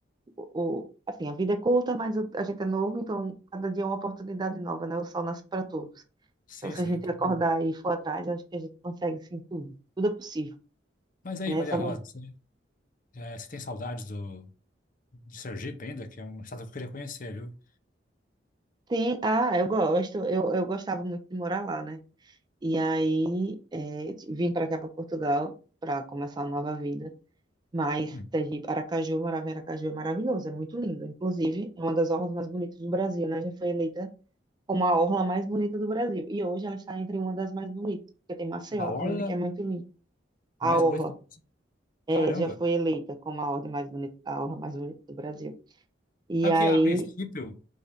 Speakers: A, on the right; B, on the left.
A: o, assim, a vida é curta, mas o- a gente é novo, então cada dia é uma oportunidade nova, né? O sol nasce para todos.
B: sim,
A: Então, se
B: sim.
A: a gente
B: tô
A: acordar
B: com-
A: e for atrás, acho que a gente consegue sim tudo. Tudo é possível,
B: Mas aí,
A: né?
B: Maria
A: Só
B: Rosa,
A: não...
B: você, é, você tem saudades do, de Sergipe ainda, que é um estado que eu queria conhecer, viu?
A: Sim, ah, eu gosto, eu, eu gostava muito de morar lá, né? E aí é, vim para cá, para Portugal, para começar uma nova vida. Mas
B: Hum.
A: Sergipe, Aracaju, eu morava em Aracaju, é maravilhoso, é muito lindo. Inclusive, é uma das orlas mais bonitas do Brasil, né? Já foi eleita como a orla mais bonita do Brasil. E hoje ela está entre uma das mais bonitas, porque tem Maceió
B: A orla
A: também, que é muito lindo. A
B: mais
A: orla
B: bonita.
A: é,
B: Caramba!
A: já foi eleita como a ordem mais bonita, a orla mais bonita do Brasil. E
B: Sabe
A: aí,
B: que, a princípio,